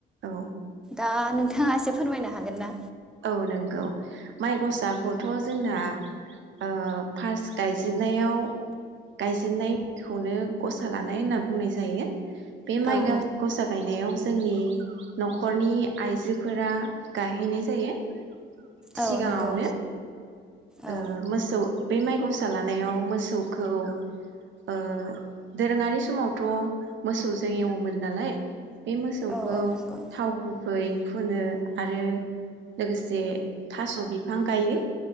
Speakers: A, on the right; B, in the centre.
A: औ
B: दा नोंथाङा एसे फोरमायनो हागोन ना?
A: औ नंगौ माइ गस आ खौथ' जोंना ओ फार्स्ट गायजेननायाव गायजेननायखौनो गसा लानाय होनना बुंनाय जायो बे माइ
B: लानाय
A: गाव गसा गायनायाव जोंनि नखरनि आइजोफोरा गायहैनाय जायो सिगांङावनो
B: औ नंगौ औ
A: ओ मोसौ बै माइ ग फिसा लानायाव मोसौखौ ओ दोरोंङारि समावथ मोसौसो एवोमोन नालाय बे मोसौखौ
B: औ औ नंगौ
A: थाव गुबै फुनो आरो लोगोसे थास बिफां गायो